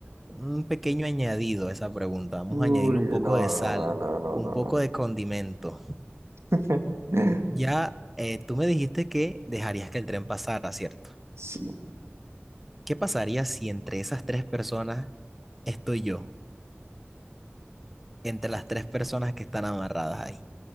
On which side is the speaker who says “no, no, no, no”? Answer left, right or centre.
Right